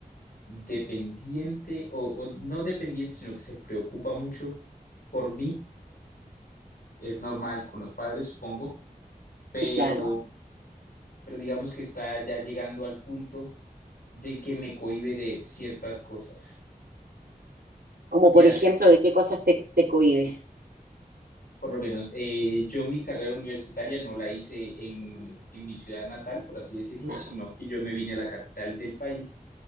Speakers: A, on the left; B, on the right.
A: dependiente, o, o no dependiente, sino que se preocupa mucho por mí. Es normal con los padres, supongo, pero...
B: Sí, claro.
A: pero digamos que está ya llegando al punto de que me cohíbe de ciertas cosas
B: Como
A: y
B: por
A: hace,
B: ejemplo, ¿de qué cosas te, te cohibes?
A: por lo menos, eh, yo mi carrera universitaria no la hice en, en mi ciudad natal, por así decirlo,
B: Ah,
A: sino que yo me vine a la capital del país,